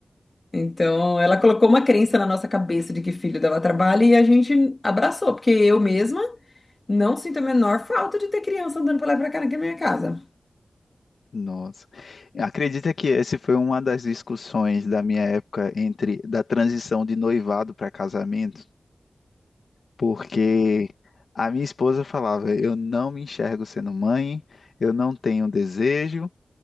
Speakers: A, on the left; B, on the left.
A: Então, ela colocou uma crença na nossa cabeça de que filho dava trabalho e a gente abraçou, porque eu mesma não sinto a menor falta de ter criança andando pra lá e pra cá na minha casa.
B: nossa. Acredita que essa foi uma das discussões da minha época entre da transição de noivado para casamento, porque a minha esposa falava: "Eu não me enxergo sendo mãe, eu não tenho desejo",